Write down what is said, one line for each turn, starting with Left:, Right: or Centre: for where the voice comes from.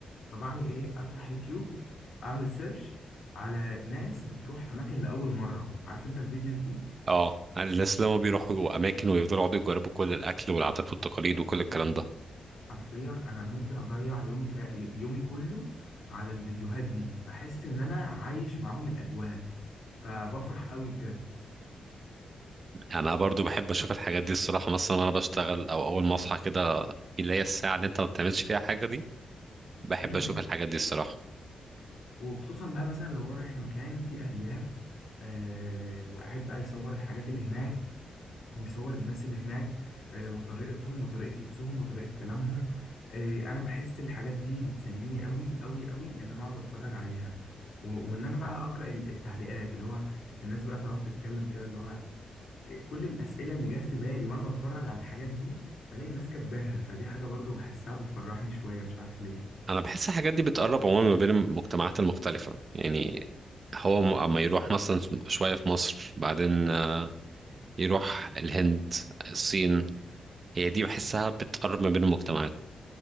Left: فبعمل ايه افتح يوتيوب اعمل سيرش على ناس بتروح اماكن لاول مره عارف انت الفيديوز دي
Right: اه الناس لما بيروحوا أماكن ويفضلوا يقعدوا يجربوا كل الأكل والعادات والتقاليد وكل الكلام ده
Left: حرفيا انا ممكن اضيع يومي ك... يومي كله على الفيديوهات دي بحس ان انا عايش معاهم الاجواء فبفرح قوي بجد
Right: أنا برضو بحب أشوف الحاجات دي الصراحة مثلا وأنا بشتغل أو أول ما أصحى كده اللي هي الساعة اللي انت ما بتعملش فيها حاجة دي بحب
Left: امم
Right: اشوف الحاجات دي الصراحة
Left: وخصوصا بقى مثلا لو هو رايح مكان فيه ارياف آه وقاعد بقى يصور الحاجات اللي هناك ويصور الناس اللي هناك آه وطريقتهم وطريقة لبسهم وطريقة كلامهم آه انا بحس الحاجات دي بتسليني قوي قوي قوي ان انا اقعد اتفرج عليها و... وان انا بقى اقرا ال- التعليقات اللي هو الناس بقى تقعد تتكلم كده اللي هو كل الأسئلة اللي جات في بالي وأنا بتفرج على الحاجات دي بلاقي الناس كاتباها فدي حاجة برضو بحسها بتفرحني شوية مش عارف ليه
Right: انا بحس الحاجات دي بتقرب عموما ما بين المجتمعات المختلفة يعني هو م- اما يروح مثلا شوية في مصر بعدين آه، يروح الهند الصين هي دي بحسها بتقرب ما بين المجتمعات